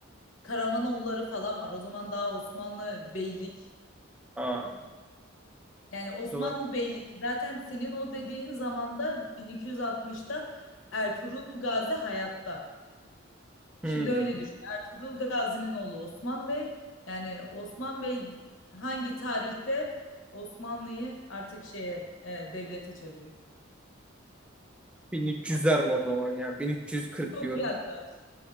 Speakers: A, on the left; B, in the centre.
A: Karamanoğulları falan var. O zaman daha Osmanlı beylik.
B: Aa, o
A: Yani Osmanlı
B: zaman.
A: beylik zaten senin o dediğin zamanda 1260'ta Ertuğrul Gazi hayatta.
B: Hmm.
A: Şimdi öyle düşün. Ertuğrul Gazi'nin oğlu Osman Bey. Yani Osman Bey hangi tarihte Osmanlı'yı artık şeye e, devlete çeviriyor?
B: 1300'ler mi o zaman ya? 1340
A: Çok
B: diyorum.
A: yaklaştı.